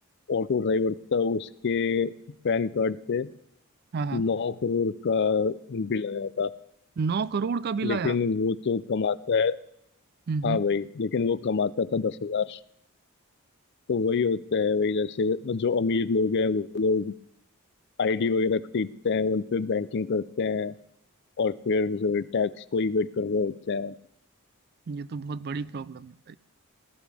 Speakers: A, on the left; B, on the right.
A: ऑटो ड्राइवर था उसके पैन कार्ड पे
B: हाँ हाँ
A: नौ करोड़ का बिल आया था
B: नौ करोड़ का बिल
A: लेकिन
B: आया
A: वो तो कमाता है
B: हम्म
A: हाँ भाई लेकिन वो कमाता था दस हजार तो वही होता है वही जैसे जो अमीर लोग हैं वो लोग आईडी वगैरह खरीदते हैं उन पे बैंकिंग करते हैं और फिर टैक्स को इवेट कर रहे होते हैं
B: ये तो बहुत बड़ी प्रॉब्लम है भाई